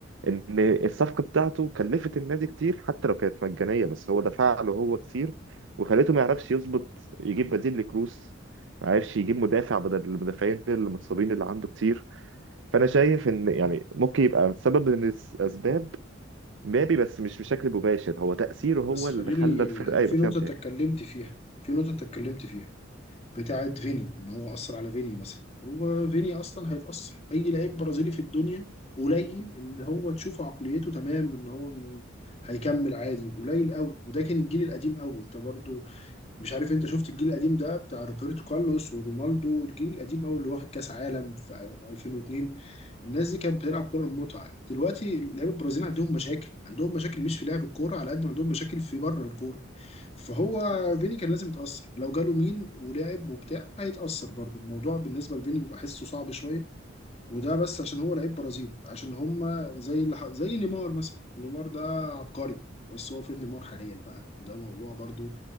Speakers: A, on the right; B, on the left.
A: ان الصفقه بتاعته كلفت النادي كتير حتى لو كانت مجانيه بس هو دفع له هو كتير وخليته ما يعرفش يظبط يجيب بديل لكروس ما عرفش يجيب مدافع بدل المدافعين المتصابين اللي عنده كتير فانا شايف ان يعني ممكن يبقى سبب من الاسباب مبابي بس مش بشكل مباشر هو تاثيره هو
B: بس خليني
A: اللي خلى الفرقه
B: يعني
A: يبقى
B: في نقطة
A: فيها مشاكل
B: انت اتكلمت فيها في نقطة انت اتكلمت فيها بتاعت فيني ان هو أثر على فيني مثلا هو فيني أصلا هيتأثر أي لعيب برازيلي في الدنيا قليل اللي هو تشوف عقليته تمام ان هو م- هيكمل عادي قليل قوي وده كان الجيل القديم قوي انت برضو مش عارف انت شفت الجيل القديم ده بتاع روبرتو كارلوس ورونالدو الجيل القديم قوي اللي واخد كاس عالم في 2002 الناس دي كانت بتلعب كوره المتعه دلوقتي لعيبه البرازيل عندهم مشاكل عندهم مشاكل مش في لعب الكوره على قد ما عندهم مشاكل في بره الكوره فهو فيني كان لازم يتاثر لو جاله مين ولعب وبتاع هيتاثر برضه الموضوع بالنسبه لفيني بيبقى حسه صعب شويه وده بس عشان هو لعيب برازيلي عشان هم زي اللي ح- زي نيمار مثلا نيمار ده عبقري بس هو فين نيمار حاليا بقى ده موضوع برضه